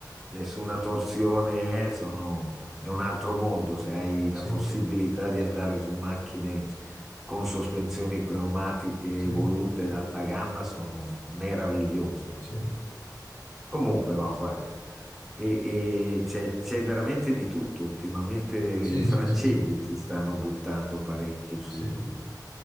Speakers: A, in the centre; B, on the left.
A: nessuna torsione, eh, sono- è un altro mondo se hai la
B: sì,
A: possibilità
B: sì.
A: di andare su macchine con sospensioni pneumatiche
B: sì,
A: evolute d'alta gamma sono meravigliose.
B: sì.
A: cioè. Comunque, ma guarda, e- e c'è c'è veramente di tutto. Ultimamente i
B: Sì,
A: francesi
B: sì, sì, sì,
A: si stanno buttando parecchio su.
B: sì.